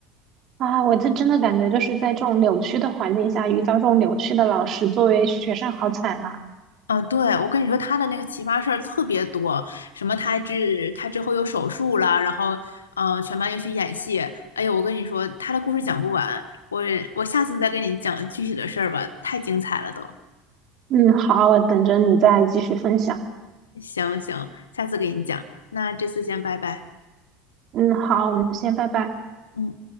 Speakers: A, on the right (about 45°); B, on the left (about 85°).
A: 啊！我这真的感觉就是在这种扭曲的环境下遇到这种扭曲的老师，作为学生好惨啊！
B: 啊，对，我跟你说，他的那个奇葩事儿特别多，什么他之他之后又手术了，然后，嗯，全班又去演戏。哎呀，我跟你说，他的故事讲不完，我我下次再跟你讲具体的事儿吧，太精彩了都。
A: 嗯，好，我等着你再继续分享。
B: 行行，下次给你讲，那这次先拜拜。
A: 嗯，好，我们先拜拜。
B: 嗯。